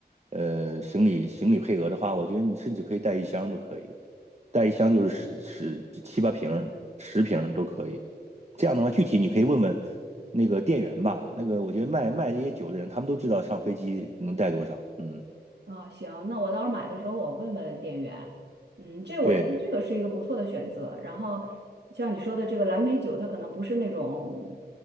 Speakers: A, on the right (about 40°); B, on the right (about 80°).
A: 呃行李行李配额的话，我觉得你甚至可以带一箱都可以，带一箱就是十十七八瓶十瓶都可以。这样的话，具体你可以问问那个店员吧。那个我觉得卖卖这些酒的人，他们都知道上飞机能带多少。嗯，
B: 啊，行，那我到时候买的时候我问问店员，嗯，这我觉得这个是一个不错的选择。
A: 对
B: 然后像你说的这个蓝莓酒，它可能不是那种